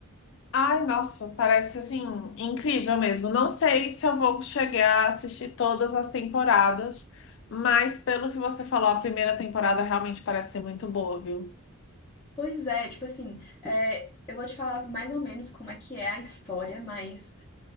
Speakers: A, on the left; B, on the left.
A: Ai, nossa, parece assim incrível mesmo. Não sei se eu vou chegar a assistir todas as temporadas, mas pelo que você falou, a primeira temporada realmente parece ser muito boa, viu?
B: Pois é, tipo assim, é, eu vou te falar mais ou menos como é que é a história, mas